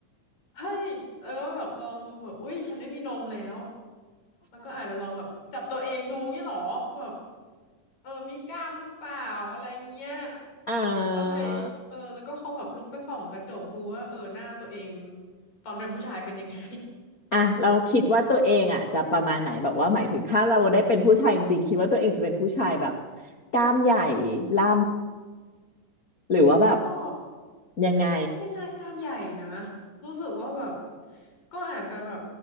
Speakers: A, on the left; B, on the left.
A: เฮ้ยแล้วก็แบบลองดูแบบอุ้ยฉันไม่มีนมแล้วแล้วก็อาจจะลองแบบจับตัวเองดูงี้เหรอแบบเออมีกล้ามหรือเปล่าอะไรเงี้ย
B: <laughs> อ่า
A: แล้วไงเออแล้วก็คงแบบลุกไปส่องกระจกดูว่าเออหน้าตัวเองตอนเป็นผู้ชายเป็นยังไง
B: อ่ะเราคิดว่าตัวเองอ่ะจะประมาณไหนแบบว่าหมายถึงถ้าเราได้เป็นผู้ชายจริงๆคิดว่าตัวเองจะเป็นผู้ชายแบบกล้ามใหญ่ล่ำหรือว่าแบบ
A: ก็
B: ยังไง
A: ไม่น่ากล้ามใหญ่นะรู้สึกว่าแบบก็อาจจะแบบ